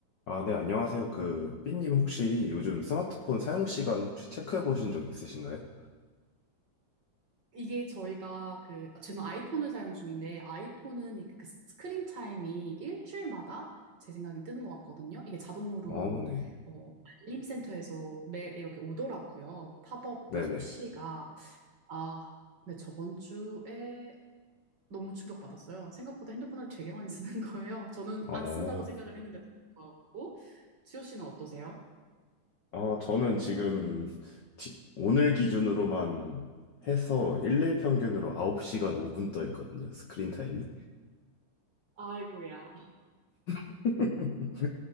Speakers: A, on the left (about 70°); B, on the right (about 45°).
A: 아, 네, 안녕하세요. 그, 삐님 혹시 요즘 스마트폰 사용 시간 혹시 체크해 보신 적 있으신가요?
B: 이게 저희가 그 저는 아이폰을 사용 중인데 아이폰은 이그 스크린 타임이 일주일마다 제 생각엔 뜨는 것 같거든요. 이게 자동으로
A: 어, 네.
B: 어, 알림 센터에서 매일 이렇게 오더라고요. 팝업
A: 네네.
B: 푸시가 아, 근데 저번 주에 너무 충격받았어요. 생각보다 핸드폰을 되게 많이 쓰는 거예요. 저는
A: 어,
B: 안 쓴다고 생각을 했는데도 불구하고 지호 씨는 어떠세요?
A: 아, 저는 지금 지- 오늘 기준으로만 해서 일일 평균으로 9시간 5분 떠 있거든요. 스크린 타임이.
B: 아이고야.
A: <laughs>